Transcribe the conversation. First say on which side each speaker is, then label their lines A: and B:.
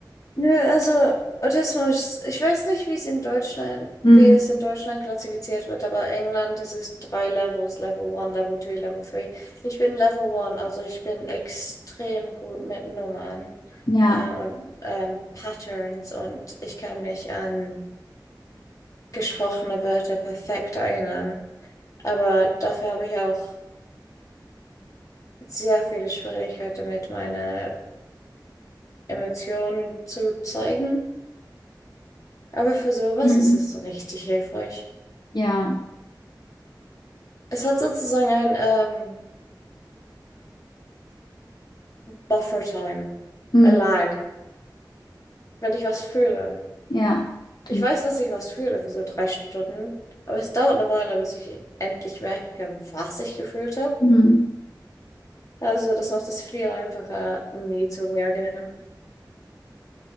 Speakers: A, on the left; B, on the left.
A: Nö, also Autismus, ich weiß nicht, wie es in Deutschland,
B: Hm.
A: wie es in Deutschland klassifiziert wird, aber England, das ist drei Levels, Level 1, Level 2, Level 3. Ich bin Level 1, also ich bin extrem gut mit Nummern
B: Ja,
A: äh, und ähm, Patterns und ich kann mich an gesprochene Wörter perfekt erinnern. Aber dafür habe ich auch sehr viele Schwierigkeiten damit, meine Emotionen zu zeigen. Aber für sowas
B: hm.
A: ist es richtig hilfreich.
B: Ja,
A: Es hat sozusagen ein ähm, Buffer-Time,
B: hm.
A: a lag, wenn ich was fühle.
B: Ja, Dann-
A: Ich weiß, dass ich was fühle für so drei Stunden, aber es dauert eine Weile, bis ich endlich merke, was ich gefühlt habe.
B: hm.
A: Also das macht es viel einfacher, nie zu reagieren.